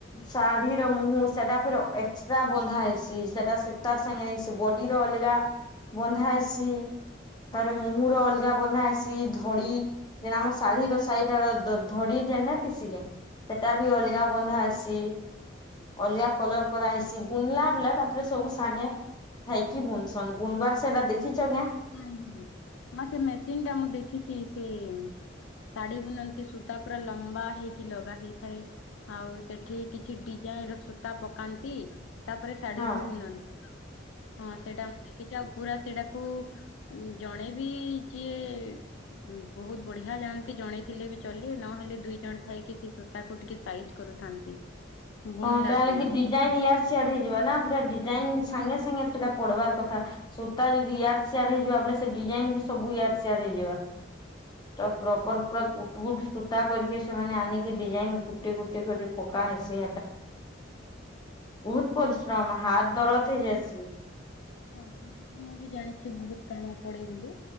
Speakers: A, on the left; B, on the left.
A: ଶାଢୀର ମୁହଁ ସେଟା ଫିର ଏକ୍ସଟ୍ରା ବନ୍ଧା ହେଇଛି ସେଟା ତାର ସାଙ୍ଗେ ନେଇସି ବଡିର ଅଲଗା ବନ୍ଧା ହେଇସି
B: ହଁ
A: ତାର ମୁହୁ ର ଅଲଗା ଜଗା ବନ୍ଧା ଆସି ଧଡି ଯେ ଆମ ଶାଢ଼ୀ ର ସାହିଟା ର ଧଡି ଯେନେତି ସେ ସେଟା
B: ହୁଁ
A: ବି ଅଲଗା ବନ୍ଧା ଅଛି। ଅଲଗା କଲର କରା ହେଇଛି ବୁନଲା ବୁଲା ତାପରେ ସବୁ ସାଙ୍ଗେ <unintelligible>
B: ହଁ ହୁଁ ମ ସେ ମେସିନ୍ ଟା ମୁଁ ଦେଖିଛି ସେ ଶାଢୀ ବୁନନ୍ତି ସୂତା ପୁରା ଲମ୍ବା ହେଇକି ଲଗା ହେଇଥାଏ। ଆଉ ସେଠି କିଛି ଡିଜାଇନ ର ସୂତା ପକାନ୍ତି। ତାପରେ ଶାଢୀକୁ
A: ହଁ
B: ବୁନନ୍ତି ହଁ ସେଇଟା ମୁଁ ଦେଖିଛି ଆଉ ପୁରା ସେଟାକୁ ଜଣେ ବି ଯିଏ ହଁ ବହୁତ ବଢିଆ ଜାଣନ୍ତି ଜଣେଇଥିଲେ ବି ଚଲେ ନହେଲେ ଦୁଇ ଜଣ ଥାଇକି ସେ ସୂତା କୁ ଟିକେ ସାଇ କରୁଥାନ୍ତି। ବୁଣିଲା
A: ହଁ କାଲେ
B: ସମୟରେ
A: କି ଡିଜାଇନ ଇଆଡ ସିଆଡ ହେଇଯିବା ନା ପୁରା ଡିଜାଇନ ସାଙ୍ଗେ ସାଙ୍ଗେ ସେଟା ପଡବାର କଥା। ସୂତା ଯଦି ଇଆଡ଼୍ ସିଆଡ଼୍ ହେଇଯିବା ବଲେ ସେ ଡିଜାଇନ୍ ବି ସବୁ ଇଆଡ଼୍ ସିଆଡ଼୍ ହେଇଯିବା। ତ ପ୍ରୋପର ପୁରା ବୁଟ ସୂତା କରିକି ସେମାନେ ଆନିକି ଡିଜାଇନ ଗୁଟେ ଗୁଟେ କରି ପକା ହେସି। ବହୁତ ପରିଶ୍ରମ ହାତ ଦରଦ ହେଇ ଯାଇସି।
B: ହଁ ମୁଁ ବି ଜାଣିଛି ବହୁତ କାମ ପଡ଼େ ବୋଲି।